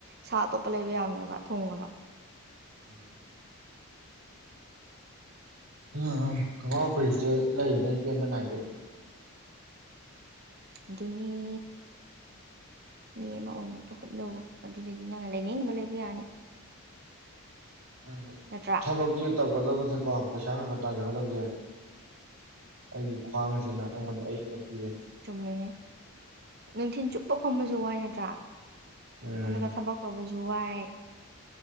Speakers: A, on the right (about 50°); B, on the right (about 80°).
A: ꯁꯥ ꯑꯇꯣꯞꯄ ꯂꯩꯕ ꯌꯥꯕꯅꯦꯕ ꯊꯣꯉꯒ
B: ꯍ‌ꯣ <unintelligible> <unintelligible> ꯈꯣꯡꯒ꯭ꯔꯥꯎ ꯐꯨꯔꯤꯠꯁꯨ ꯂꯩꯔꯤꯉꯩ ꯄꯦꯟꯕ ꯅꯥꯏꯗꯦ
A: ꯑꯗꯨꯅꯤ ꯃꯤ ꯑꯃ ꯑꯣꯏꯅꯕ ꯍꯣꯠꯅꯧ ꯑꯗꯨꯗꯗꯤ ꯅꯪꯅ ꯂꯩꯅꯤꯡꯕ ꯂꯩꯕ ꯌꯥꯔꯅꯤ
B: ꯅꯪꯖꯨ
A: ꯅꯠꯇ꯭ꯔꯥ
B: ꯊꯕꯛ ꯁꯦ ꯇꯧꯒꯗꯕꯁꯦꯀꯣ ꯄꯩꯁꯥ ꯈꯒ ꯇꯥꯟꯖꯒꯗꯕꯖꯦ ꯑꯩꯒꯤ ꯈ꯭ꯋꯥꯡ ꯁꯤꯅ ꯑꯩꯉꯣꯟꯗ ꯑꯌꯦꯠꯄ ꯄꯤꯔꯦ
A: ꯆꯨꯝꯃꯤꯅꯤ ꯅꯨꯡꯊꯤꯟ ꯆꯨꯞꯄ ꯐꯝꯕꯁꯨ ꯋꯥꯏ ꯅꯠꯇ꯭ꯔꯥ
B: ꯎꯝ
A: ꯑꯗꯨꯒ ꯊꯕꯛ ꯇꯧꯕꯁꯨ ꯋꯥꯏ